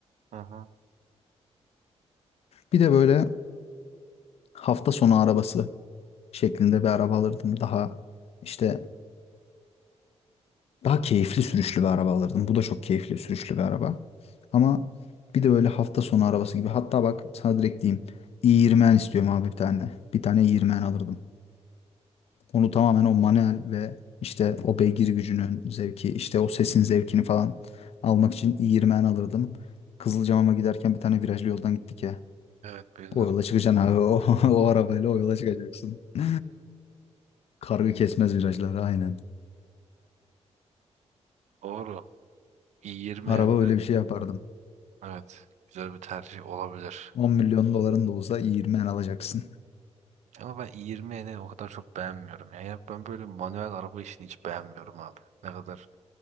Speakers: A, on the right; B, on the left.
A: Hı hı.
B: Bir de böyle hafta sonu arabası şeklinde bir araba alırdım. Daha işte daha keyifli sürüşlü bir araba alırdım. Bu da çok keyifli sürüşlü bir araba. Ama bir de böyle hafta sonu arabası gibi. Hatta bak sana direkt diyeyim. i20 istiyorum abi bir tane. Bir tane i20 alırdım. Onu tamamen o manuel ve işte o beygir gücünün zevki, işte o sesin zevkini falan almak için i20 alırdım. Kızılcamam'a giderken bir tane virajlı yoldan gittik ya.
A: Evet bildim.
B: O yola çıkacaksın abi. <laughs> O, o arabayla o yola çıkacaksın. <laughs> Kargı kesmez virajları aynen.
A: Doğru. i20N'de
B: Araba öyle bir şey yapardım.
A: evet güzel bir tercih olabilir.
B: 10 milyon doların da olsa iyi 20 en alacaksın.
A: Ama ben i20N'i o kadar çok beğenmiyorum. Ya. ya ben böyle manuel araba işini hiç beğenmiyorum abi. Ne kadar